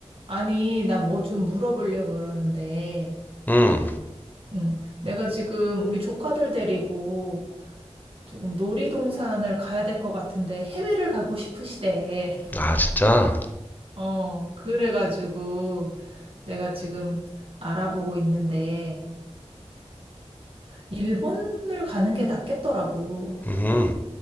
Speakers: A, on the right (about 55°); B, on the left (about 15°).
A: 아니, 나 뭐 좀 물어보려고 그러는데,
B: 응.
A: 응. 내가 지금 우리 조카들 데리고 조금 놀이동산을 가야 될 것 같은데 해외를 가고 싶으시대. <laughs>
B: 아, 진짜?
A: 어, 그래가지고 내가 지금 알아보고 있는데, 일본을 가는 게 낫겠더라고.
B: 음.